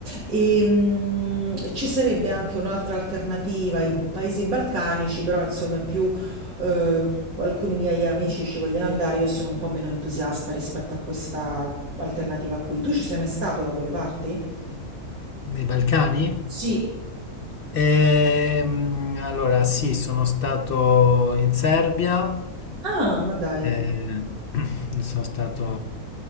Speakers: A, on the right; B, on the left.
A: E, mm, ci sarebbe anche un'altra alternativa, i paesi balcanici, però insomma è più eh, alcuni miei amici ci vogliono andare, io sono un po' meno entusiasta rispetto a questa alternativa qui. Tu ci sei mai stato da quelle parti?
B: Nei Balcani?
A: Sì.
B: Ehm, allora, sì, sono stato in Serbia,
A: Ah, ma dai.
B: eh, <clears throat> sono stato